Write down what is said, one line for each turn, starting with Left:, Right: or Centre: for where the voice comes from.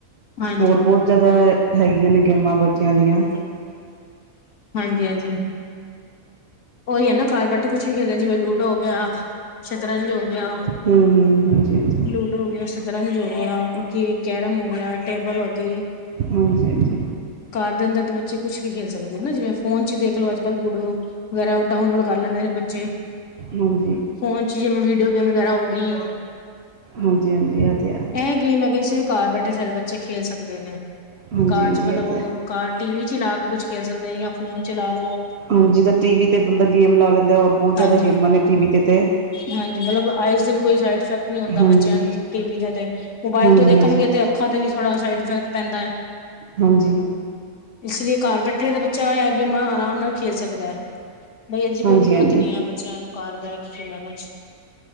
Left: ਹਾਂਜੀ।
Right: ਹੋਰ ਬਹੁਤ ਜ਼ਿਆਦਾ ਹੈਗੀਆਂ ਨੇ ਗੇਮਾਂ ਬੱਚਿਆਂ ਦੀਆਂ।
Left: ਹਾਂ <unintelligible> ਹਾਂਜੀ ਹਾਂਜੀ। ਉਹੀ ਹੈ ਨਾ, ਘਰ ਬੈਠੇ ਕੁਛ ਵੀ ਖੇਡਦੇ ਜਿਵੇਂ ਲੂਡੋ ਹੋ ਗਿਆ ਸ਼ਤਰੰਜ ਹੋ ਗਿਆ।
Right: ਹੂੰ ਹ ਹਾਂਜੀ-ਹਾਂਜੀ।
Left: ਲੂਡੋ ਹੋ ਗਿਆ ਸ਼ਤਰੰਜ ਹੋ ਗਿਆ, ਕੀ ਕੈਰਮ ਹੋ ਗਿਆ, ਟੇਬਲ ਹੋ ਗਈ।
Right: ਹਾਂਜੀ ਹਾਂਜੀ
Left: ਘਰ ਦੇ ਅੰਦਰ ਤੇ ਬੱਚੇ ਕੁਛ ਵੀ ਖੇਲ ਸਕਦੇ ਹਨ ਜਿਵੇਂ ਫੋਨ ਚ ਦੇਖ ਲੋ ਅੱਜ ਕੱਲ ਲੂਡੋ ਵਗੈਰਾ ਡਾਊਨਲੋਡ ਕਰ ਲੈਂਦੇ ਨੇ ਬੱਚੇ।
Right: ਹਾਂਜੀ
Left: ਫੋਨ ਚ ਜਿਵੇਂ ਵੀਡੀਓ ਗੇਮ ਵਗੈਰਾ ਹੋ ਗਈ,
Right: ਹਾਂਜੀ ਹਾਂਜੀ ਇਹ ਤੇ ਹੈ
Left: ਇਹ ਗੇਮ ਹੈਗੇਸ ਘਰ ਬੈਠੇ ਸਾਰੇ ਬੱਚੇ ਖੇਲ ਸਕਦੇ ਨੇ,
Right: ਹਾਂਜੀ
Left: ਘਰ
Right: ਹਾਂਜੀ
Left: 'ਚ ਮਤਲਬ
Right: ਇਹ
Left: ਉਹ
Right: ਤੇ ਹੈ
Left: ਘਰ ਟੀ ਵੀ ਚ ਲਾ ਕੇ ਕੁਛ ਖੇਲ ਸਕਦੇ ਨੇ ਜਾਂ ਫੋਨ ਚਲਾ ਲਓ।
Right: ਹਾਂਜੀ, ਟੀਵੀ ਤੇ ਬੰਦਾ ਗੇਮ ਲਾ ਲੈਂਦਾ, ਹੋਰ ਬਹੁਤ ਜ਼ਿਆਦਾ
Left: ਹਾਂਜੀ।
Right: ਗੇਮਾਂ ਨੇ ਟੀ ਵੀ ਤੇ ਤੇ
Left: ਹਾਂਜੀ ਮਤਲਬ ਆਈਜ਼ ਦੇ ਵੀ ਕੋਈ ਸਾਈਡ ਇਫੈਕਟ ਨੀ ਹੁੰਂਦਾ
Right: ਹਾਂਜੀ
Left: ਬੱਚਿਆਂ ਦੀ ਟੀ ਵੀ ਦੇ ਤੇ ਮੋਬਾਇਲ
Right: ਹਾਂਜੀ
Left: ਤੋਂ
Right: ਹਾਂਜੀ
Left: ਦੇਖਣਗੇ ਤੇ ਅੱਖਾਂ ਤੇ ਵੀ ਥੋੜਾ ਸਾਈਡ ਇਫੈਕਟ ਪੈਂਦਾ ਹੈ।
Right: ਹਾਂਜੀ
Left: ਇਸ ਲਈ ਘਰ ਬੈਠੇ ਤਾਂ ਬੱਚਾ ਐ ਗੇਮਾਂ ਆਰਾਮ ਨਾਲ ਖੇਲ ਸਕਦਾ ਹੈ। ਬਈ ਇਹਦੀ ਕੋਈ
Right: ਹਾਂਜੀ
Left: ਦਿੱਕਤ
Right: ਹਾਂਜੀ
Left: ਨੀ ਹੈ ਬੱਚਿਆਂ ਨੂੰ ਘਰ ਬਹਿ ਕੇ ਖ ਲਨਾਂ ਚ